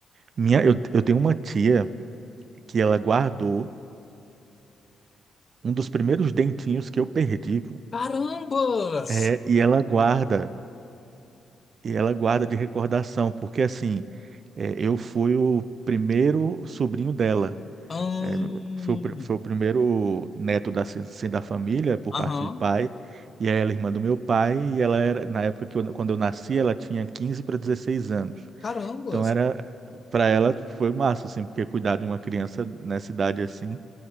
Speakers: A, on the right; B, on the left.
A: minha, eu, eu tenho uma tia que ela guardou um dos primeiros dentinhos que eu perdi,
B: Carambas!
A: é, e ela guarda. E ela guarda de recordação, porque assim, eh, eu fui o primeiro sobrinho dela.
B: Ahn.
A: Eh, foi o, pri- foi o primeiro neto da, assim, assim, da família, por parte
B: Aham.
A: de pai, e aí ela é irmã do meu pai, e ela era, na época que eu, quando eu nasci, ela tinha 15 para 16 anos.
B: Carambas!
A: Então era, para ela foi massa, assim, porque cuidar de uma criança nessa idade assim,